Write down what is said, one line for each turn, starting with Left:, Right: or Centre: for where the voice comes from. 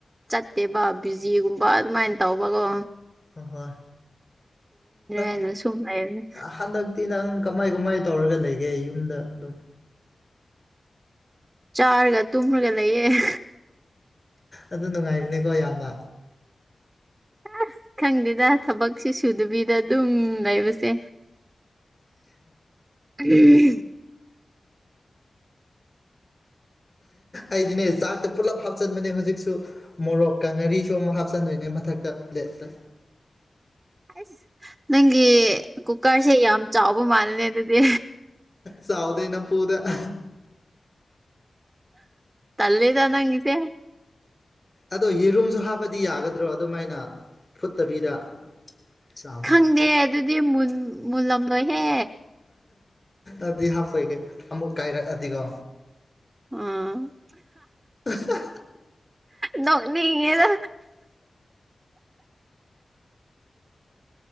Right: ꯆꯠꯇꯦꯕ ꯕꯤꯖꯤꯒꯨꯝꯕ ꯑꯗꯨꯃꯥꯏꯅ ꯇꯧꯕꯒꯣ
Left: ꯍ ꯍꯣꯏ ꯅꯪ
Right: ꯍꯥꯏꯅ ꯁꯨꯝ ꯂꯩꯕꯅꯦ
Left: ꯍꯗ <inaudible> ꯅꯪ ꯀꯃꯥꯏ ꯀꯃꯥꯏ ꯇꯧꯔꯒ ꯂꯩꯒꯦ ꯌꯨꯝꯗ ꯑꯗꯨꯝ
Right: ꯆꯥꯔꯒ ꯇꯨꯝꯔꯒ ꯂꯩꯌꯦꯦ
Left: ꯑꯗꯨ ꯅꯨꯡꯉꯥꯏꯔꯤꯅꯤꯀꯣ ꯏꯌꯥꯝꯕ
Right: ꯑꯁ ꯈꯪꯗꯦꯗ ꯊꯕꯛꯁꯤ ꯁꯨꯗꯕꯤꯗ ꯑꯗꯨꯝ ꯂꯩꯕꯁꯦ ꯎꯝ
Left: ꯑꯩꯗꯤꯅꯦ ꯆꯥꯛꯇ ꯄꯨꯜꯂꯞ ꯍꯥꯞꯆꯤꯟꯕꯅꯦ ꯍꯧꯖꯤꯛꯁꯨ ꯃꯣꯔꯣꯛꯀ ꯉꯔꯤꯁꯨ ꯑꯃꯨꯛ ꯍꯥꯞꯆꯟꯗꯣꯏꯅꯦ ꯃꯊꯛꯇ ꯄꯂꯥꯇꯥ
Right: ꯑꯩꯁ ꯅꯪꯒꯤ ꯀꯨꯀꯔꯁꯦ ꯌꯥꯝ ꯆꯥꯎꯕ ꯃꯥꯜꯂꯅꯦ ꯑꯗꯨꯗꯤ
Left: ꯁꯥꯎꯗꯅ ꯄ ꯄꯨꯗ <inaudible>
Right: ꯇꯂꯦꯗ ꯉꯒꯤꯁꯦ
Left: ꯑꯗꯣ ꯌꯦꯔꯨꯝꯁꯨ ꯍꯥꯞꯄꯗꯤ ꯌꯥꯒꯗ꯭ꯔꯣ ꯑꯗꯨꯃꯥꯏꯅ ꯐꯨꯠꯇꯕꯤꯗ ꯆꯥꯝꯃꯒ
Right: ꯈꯪꯗꯦ ꯑꯗꯨꯗꯤ ꯃꯨꯟ ꯃꯨꯜꯂꯝꯗꯣꯏꯍꯦ
Left: ꯑꯗꯨꯗꯤ ꯍꯥꯞꯄꯣꯏꯒꯦ ꯑꯃꯨꯛ ꯀꯥꯏꯔꯛꯑꯗꯤꯀꯣ
Right: ꯎꯝ
Left: ꯎ
Right: ꯅꯅꯤꯌꯦꯗ